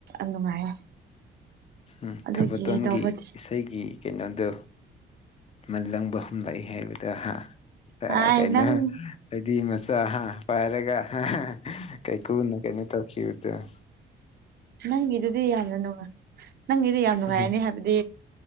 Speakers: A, on the right; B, on the left.
A: ꯅꯨꯡꯉꯥꯏꯌꯦ
B: ꯎꯝ
A: ꯑꯗꯨꯒꯤ
B: ꯊꯕꯇꯣꯟꯒꯤ
A: ꯇꯧꯕꯗꯤ
B: ꯏꯁꯩꯒꯤ ꯀꯩꯅꯣꯗꯨꯣ ꯃꯥꯂꯪꯕ ꯍꯨꯝꯂꯛꯏ ꯍꯥꯏꯕꯗ ꯍꯥ
A: ꯍꯥꯏ
B: ꯀꯩꯅꯣ
A: ꯅꯪ
B: ꯍꯥꯏꯗꯤ ꯃꯆꯥ ꯍꯥ ꯄꯥꯏꯔꯒ ꯀꯩꯀꯨꯅ ꯀꯩꯅꯣ ꯇꯧꯈꯤꯕꯗꫭ
A: ꯅꯪꯒꯤꯗꯨꯗꯤ ꯌꯥꯝꯅ ꯅꯨꯡꯉꯥꯏ ꯅꯪꯒꯤꯗꯤ ꯌꯥꯝ ꯅꯨꯡꯉꯥꯏꯔꯅꯤ
B: ꯎꯝ
A: ꯍꯥꯏꯕꯗꯤ